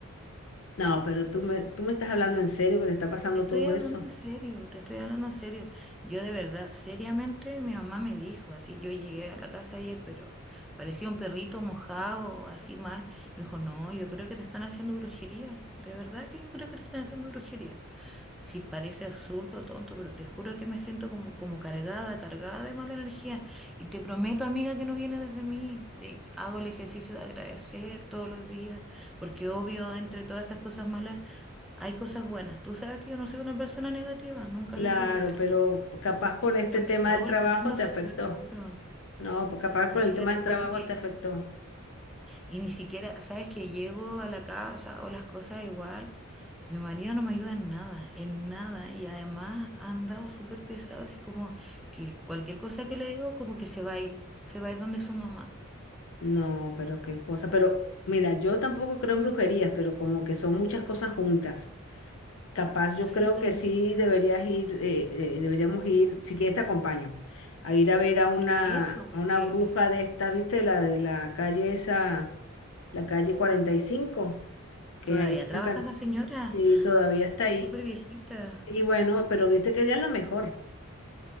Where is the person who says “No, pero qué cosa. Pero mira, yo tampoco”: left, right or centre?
Left